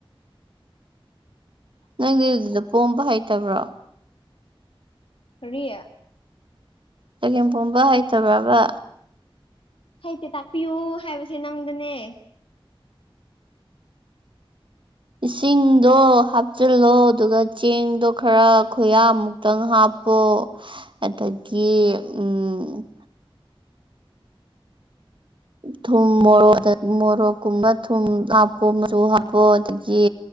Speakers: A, on the right; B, on the left.
A: ꯅꯪꯗꯤ ꯑꯗꯨꯗ ꯄꯣꯝꯕ ꯍꯩꯇꯕ꯭ꯔꯣ
B: ꯀꯔꯤ
A: ꯆꯒꯦꯝꯄꯣꯝꯕ ꯍꯩꯇꯕ꯭ꯔꯕ
B: ꯍꯩꯇꯦ ꯇꯥꯛꯄꯤꯌꯨ ꯍꯥꯏꯕꯁꯦ ꯅꯪꯗꯅꯦ
A: ꯏꯁꯤꯡꯗꯣ ꯍꯥꯞꯆꯤꯜꯂꯣ ꯑꯗꯨꯒ ꯆꯦꯡꯗꯣ ꯈꯔ ꯈꯨꯌꯥꯃꯨꯛꯇꯪ ꯍꯥꯞꯄꯣ
B: <inaudible>
A: ꯑꯠꯗꯒꯤ ꯎꯝ ꯊꯨꯝ ꯃꯣꯔꯣꯛꯗ ꯃꯣꯔꯣꯛꯀꯨꯝꯕ ꯊꯨꯝ ꯍꯥꯞꯄꯣ ꯃꯆꯨ ꯍꯥꯞꯄꯣ ꯑꯗꯒꯤ